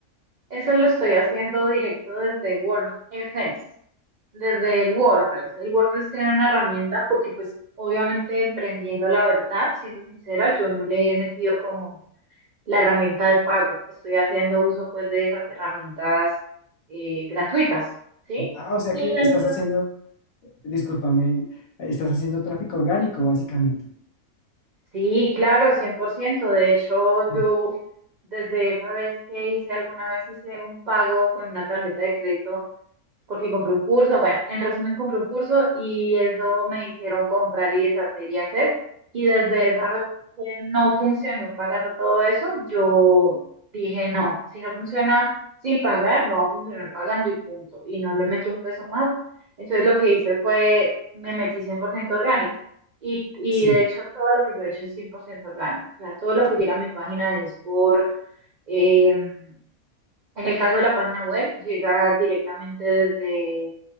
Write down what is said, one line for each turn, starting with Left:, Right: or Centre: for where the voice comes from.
Right: Eso lo estoy haciendo directo desde WordFence, desde el WordPress. El WordPress era una herramienta porque, pues, obviamente emprendiendo la verdad, siendo sincera, yo no le he metido como la herramienta de pago. Estoy haciendo uso, pues, de esas herramientas eh, gratuitas, ¿sí?
Left: Ah, o sea
Right: Y
Left: que
Right: entonces-
Left: estás haciendo... Discúlpame, estás haciendo tráfico orgánico, básicamente.
Right: Sí, claro, 100%. De hecho,
Left: Mm,
Right: yo desde esa vez que hice, alguna vez hice un pago con una tarjeta de crédito porque compré un curso, bueno, en resumen compré un curso y eso me hicieron comprar y deshacer y hacer. Y desde esa vez que no funcionó pagando todo eso, yo dije, no, si no funciona sin pagar, no va a funcionar pagando y punto. Y no le meto un peso más. Entonces lo que hice fue, me metí 100% orgánico. Y, y
Left: Sí.
Right: de hecho todo lo que yo he hecho es 100% orgánico. O sea, todo lo que llega a mi página es por... em, en el caso de la página web, llega directamente desde